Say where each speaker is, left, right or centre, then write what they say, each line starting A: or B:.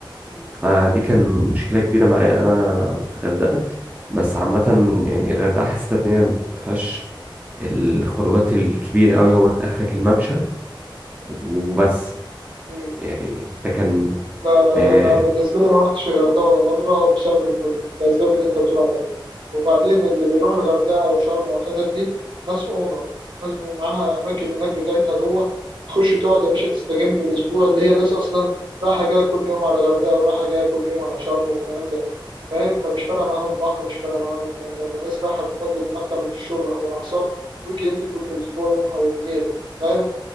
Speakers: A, on the right; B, on the right.
A: مم،
B: فدي كان مشكلة كبيرة معايا أنا في الغردقة بس عامة يعني الغردقة حسيت إن هي ما فيهاش الخروجات الكبيرة قوي هو انت اخرك الممشى وبس
A: مم.
B: يعني ده كان
A: لا لا
B: اه
A: لا انا بالنسبه لي ما رحتش الغردقه ولا مره بسبب ال- الاسباب اللي انت بتقول عليها دي وبعدين اللي بيروح الغردقه او شرم والحتت دي ناس اونر ناس بيبقى معاها اماكن هناك بتاعتها جوه تخش تقعد يا باشا تستجم الاسبوع اللي هي ناس اصلا رايحه جايه كل يوم على الغردقه ورايحه جايه كل يوم على شرم والكلام ده فاهم فمش فارقه معاهم البحر مش فارقه معاهم الكلام ده هم ناس رايحه تفضي دماغها من الشغل او الاعصاب ويك اند كل اسبوع يوم او اتنين فاهم